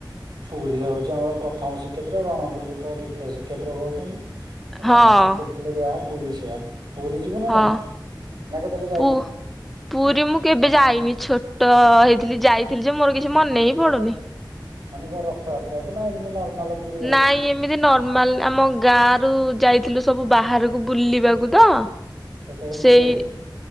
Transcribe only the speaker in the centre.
ହଁ
ହଁ
ପୁ ପୁରୀ ମୁଁ କେବେ ଯାଇନି ଛୋଟ ହେଇଥିଲି ଯାଇଥିଲି ଯେ ମୋର କିଛି ମନେ ହିଁ ପଡ଼ୁନି।
ନାଇଁ ଏ ମିତି ନର୍ମାଲ ଆମ ଗାଁ ରୁ ଯାଇଥିଲୁ ସବୁ ବାହାରକୁ ବୁଲିବାକୁ ତ
ସେଇ